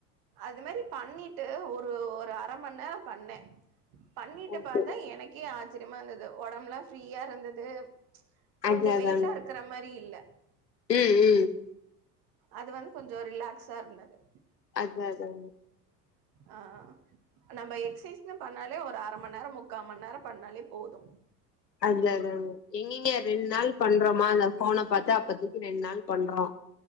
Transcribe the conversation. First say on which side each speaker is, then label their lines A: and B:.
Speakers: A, on the right; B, on the left.
A: அது மேரி பண்ணிட்டு ஒரு ஒரு அரமண் நேரோ பண்ணே பண்ணிட்டு
B: ஓகே
A: பாத்தா எனக்கே ஆச்சரியமா இருந்தது ஒடம்புல்லா ஃப்ரீயா இருந்துது கொஞ்சோ
B: அதா அதாங்க
A: வெயிட்டா இருக்கற மாரி இல்ல
B: ம் ம்
A: அது வந்து கொஞ்சோ ரிலாக்ஸா இருந்தது
B: அதா அதா
A: ஆ நம்ம எக்ஸசைஸ்ன்னு பண்ணாலே ஒரு அர மண் நேரோ முக்கா மண் நேரோ பண்ணாலே போது
B: அதா அதா எங்கிங்க ரெண் நாள் பண்றோமா அந்த ஃபோன பாத்து அப்பத்திக்கி ரெண் நாள் பண்றோ